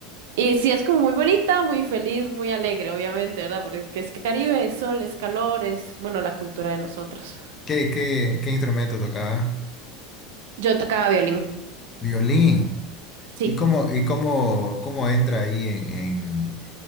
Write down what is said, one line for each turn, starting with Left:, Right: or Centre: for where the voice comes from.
Right: Y sí, es como muy bonita, muy feliz, muy alegre, obviamente, ¿verdad? Porque es Caribe, es sol, es calor, es, bueno, la cultura de nosotros.
Left: ¿Qué, qué, qué instrumento tocaba?
Right: Yo tocaba violín.
Left: Violín.
Right: Sí,
Left: ¿Y cómo, y cómo, cómo entra ahí en, en-